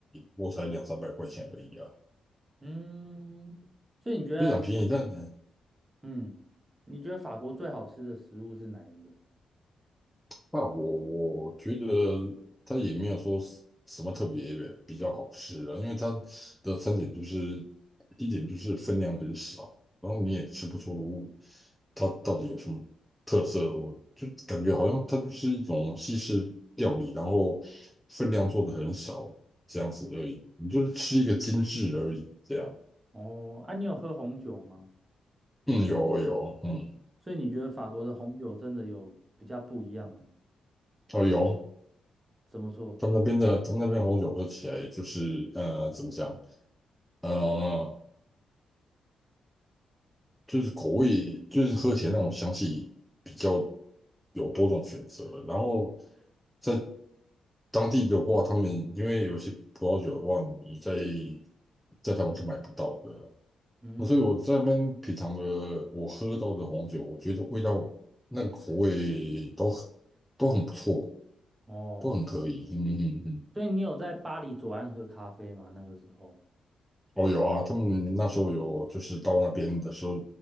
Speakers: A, in the centre; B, on the right (about 25°).
A: 我才两三百块钱而已啊，
B: 嗯，所以你觉得，
A: 非常便宜。但
B: 嗯，你觉得法国最好吃的食物是哪一个？
A: 那我我觉得它也没有说是什么特别比较好吃的，因为它的餐点就是第一点就是分量很少，然后你也吃不出它到底有什么特色，我就感觉好像它就是一种西式料理，然后分量做的很少这样子而已，你就是吃一个精致而已这样。
B: 哦，啊，你有喝红酒吗？
A: 嗯，有有，嗯，
B: 所以你觉得法国的红酒真的有比较不一样吗？
A: 哦有，
B: 怎么说？
A: 他们那边的他们那边红酒喝起来就是呃怎么讲？呃就是口味，就是喝起来那种香气比较有多种选择。然后在当地的话，他们因为有些葡萄酒的话，你在在台湾是买不到的。
B: 嗯，
A: 那所以我在那边品尝的，我喝到的红酒，我觉得味道那个口味都很都很不错，
B: 哦。
A: 都很可以。嗯嗯嗯。
B: 所以你有在巴黎左岸喝咖啡吗？那个时候
A: 哦，有啊，他们那时候有，就是到那边的时候，